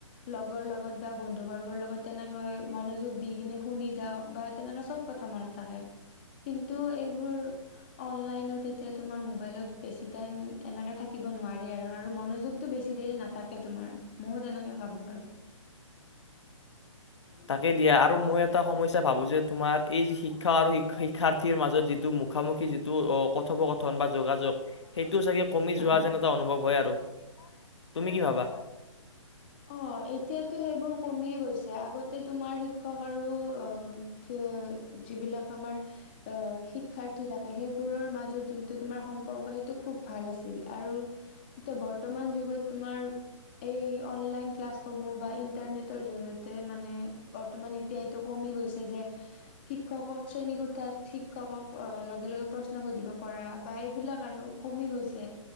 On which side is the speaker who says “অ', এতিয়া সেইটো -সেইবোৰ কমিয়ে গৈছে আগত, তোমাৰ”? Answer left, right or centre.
Left